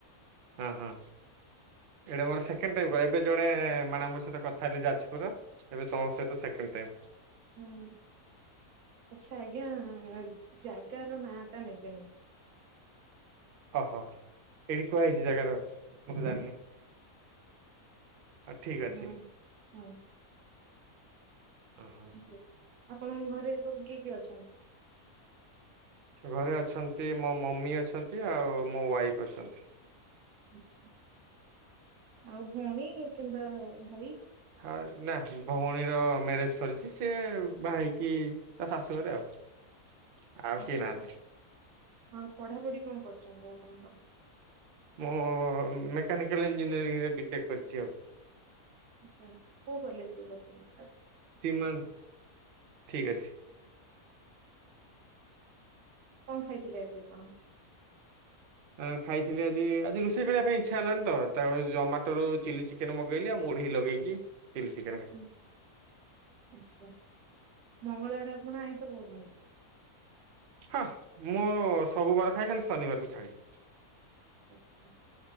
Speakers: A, on the right; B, on the right.
A: ହଁ ହଁ। ଏଇଟା ମୋର ସେକେଣ୍ଡ ଟାଇମ କହ ଏବେ ଜଣେ ମାଡାମ ମାନଙ୍କ ସହିତ କଥା ହେଲି ଯାଜପୁର। ଏବେ ତମ ସହିତି ସେକେଣ୍ଡ ଟାଇମ୍।
B: ହୁଁ ଆଚ୍ଛା ଆଜ୍ଞା ଜାଗାର ନାଁ ଟା ନେବେନି।
A: ଓହୋ ଏଇଟି କୁହା ହେଇଚି ଜାଗାର ମୁଁ ତ ଜାଣିନି। ଆ ଠିକ
B: ହଁ
A: ଅଛି।
B: ହଁ
A: ଓହୋ
B: ଓ--ଆପଣଙ୍କ ଘରେ ସବୁ କିଏ କିଏ ଅଛନ୍ତି?
A: ଘରେ ଅଛନ୍ତି ମୋ ମମି ଅଛନ୍ତି ଆଉ ମୋ ୱାଇଫ୍ ଅଛନ୍ତି।
B: ଆଚ୍ଛା। ଆଉ ଭଉଣୀ କିମ୍ବା ଭାଇ?
A: ହଁ ନା ଭଉଣୀର ମ୍ୟାରେଜ ସରିଚି ସିଏ ବାହା ହେଇକି ତା ଶାଶୁଘରେ ଆଉ। ଆଉ କେହି
B: ଆଚ୍ଛା।
A: ନାହାନ୍ତି
B: ହଁ ପଢ଼ାପଢ଼ି କଣ କରୁଚନ୍ତି ଆପଣ କଣ?
A: ମୁଁ ମେକାନିକାଲ ଇଞ୍ଜିନିୟରିଂରେ ବିଟେକ୍ କରିଚି ଆଉ।
B: ଆଚ୍ଛା କୋଉଁ କଲେଜରେ କରଚନ୍ତି?
A: ସିମାନ୍ ଠିକ ଅଛି।
B: କଣ ଖାଇଥିଲେ ଆଜି ଆପଣ?
A: ଅଁ ଖାଇଥିଲି ଆଜି ଆଜି ରୋଷେଇ କରିଆ ପାଇଁ ଇଚ୍ଛା ହେଲାନି ତ ତା ଜମାଟୋରୁ ଚିଲି ଚିକେ ସେନୁ ମଗେଇଲି ଆଉ ମୁଢ଼ି ଲଗେଇକି ଚିଲି ଚି
B: ହୁଁ ଆଚ୍ଛା ମଙ୍ଗଳବାରେ ଆପଣ ଆଇଁଷ ଖାଉଚନ୍ତି।
A: ହଁ ମୁଁ ସବୁ ବାର ଖାଏ ଖାଲି ଶନିବାରକୁ ଛାଡିକି।
B: ଆଚ୍ଛା।